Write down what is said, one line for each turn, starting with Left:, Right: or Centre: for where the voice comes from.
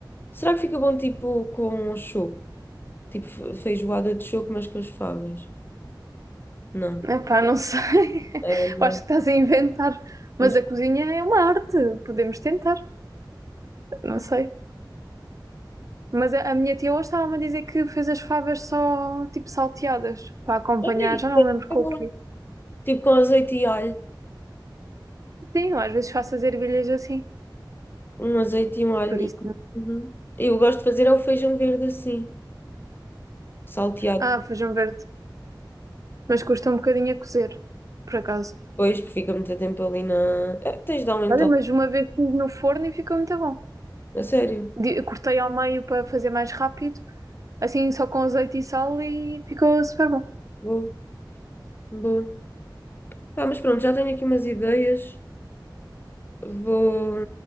Left: Será que fica bom tipo com choco? Tipo fe- feijoada de choco, mas com as favas? Não.
Right: Epá, não sei. <laughs>
Left: Ah, não.
Right: Eu acho que estás a inventar.
Left: Pois.
Right: Mas a cozinha é uma arte. Podemos tentar. Não sei. Mas a, a minha tia hoje estava-me a dizer que fez as favas só, tipo, salteadas. Para acompanhar.
Left: Olha isso,
Right: Já não
Left: deve
Right: me lembro
Left: ser
Right: com
Left: bom.
Right: o quê.
Left: Tipo com azeite e alho.
Right: Sim, eu às vezes faço as ervilhas assim.
Left: Um azeite e um alho.
Right: Por isso.
Left: Uhum. Eu gosto de fazer é o feijão verde assim, salteado.
Right: Ah, feijão verde. Mas custa um bocadinho a cozer. Por acaso.
Left: Depois porque fica muito tempo ali na. É, tens de dar um então.
Right: Olha, mas uma vez fiz no forno e ficou muito bom.
Left: A sério.
Right: Di- Cortei ao meio para fazer mais rápido. Assim, só com azeite e sal e ficou super bom.
Left: Vou. Vou. Ah, mas pronto, já tenho aqui umas ideias. Vou,